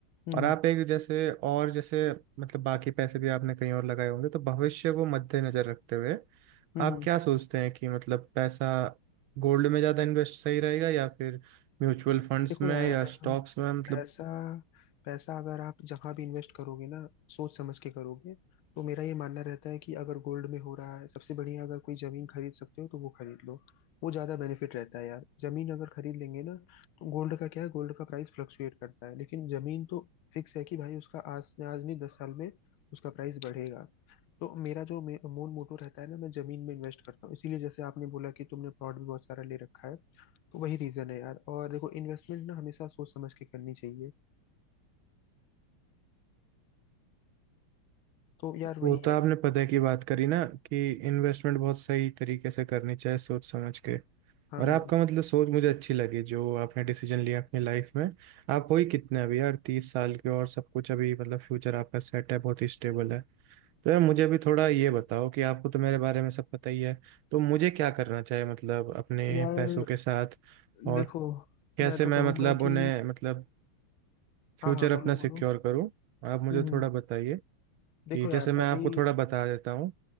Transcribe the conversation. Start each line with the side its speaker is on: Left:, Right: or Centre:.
Left: हम्म
Right: और आप
Left: हम्म
Right: एक जैसे और जैसे मतलब बाकी पैसे भी आपने कहीं और लगाए होंगे तो भविष्य को मद्देनजर रखते हुए
Left: हम्म,
Right: आप
Left: हम्म।
Right: क्या सोचते हैं कि मतलब पैसा गोल्ड में ज़्यादा इन्वेस्ट सही रहेगा या फिर म्यूचुअल फंड्स
Left: देखो
Right: में
Left: यार
Right: या स्टॉक्स में
Left: पैसा
Right: मतलब
Left: पैसा अगर आप जहां भी इन्वेस्ट करोगे ना सोच समझ के करोगे तो मेरा ये मानना रहता है कि अगर गोल्ड में हो रहा है सबसे बढ़िया अगर कोई जमीन खरीद सकते हो तो वो खरीद लो वो ज्यादा बेनिफिट रहता है यार जमीन अगर खरीद लेंगे ना तो गोल्ड का क्या है गोल्ड का प्राइस फ्लक्चुएट करता है लेकिन जमीन तो फिक्स है कि भाई उसका आज से आज नहीं दस साल में उसका प्राइस बढ़ेगा तो मेरा जो मे- मूल मोटो रहता है ना मैं जमीन में इन्वेस्ट करता हूँ इसीलिए जैसे आपने बोला कि तुमने प्लॉट भी बहुत सारा ले रखा है तो वही रीजन है यार और देखो इन्वेस्टमेंट ना हमेशा सोच समझ के करनी चाहिए तो यार वही
Right: वो तो
Left: है
Right: आपने पता की बात करी ना कि इन्वेस्टमेंट बहुत सही तरीके से करनी चाहिए सोच समझ के
Left: हाँ
Right: और
Left: हाँ
Right: आपका मतलब सोच मुझे अच्छी लगी जो आपने डिसीजन लिया अपनी लाइफ में आप हो ही कितने अभी यार तीस साल के और सब कुछ अभी मतलब फ्यूचर आपका सेट है बहुत ही स्टेबल है तो यार मुझे अभी थोड़ा ये बताओ कि आपको तो मेरे बारे में सब पता ही है तो मुझे क्या करना चाहिए मतलब अपने
Left: यार
Right: पैसों के साथ और
Left: देखो
Right: कैसे
Left: मैं तो
Right: मैं
Left: कहूंगा
Right: मतलब उन्हें
Left: कि
Right: मतलब फ्यूचर
Left: हाँ हाँ बोलो
Right: अपना
Left: बोलो
Right: सिक्योर करूँ आप मुझे
Left: हम्म हम्म,
Right: थोड़ा बताइए कि
Left: देखो यार
Right: जैसे मैं
Left: अभी
Right: आपको थोड़ा बता देता हूँ